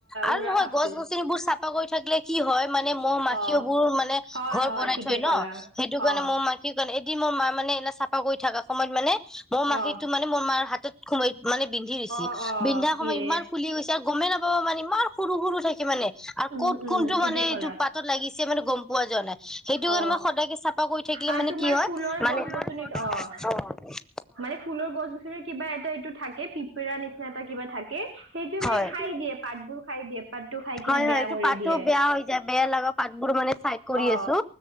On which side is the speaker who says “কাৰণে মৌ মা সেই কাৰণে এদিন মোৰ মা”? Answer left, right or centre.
Centre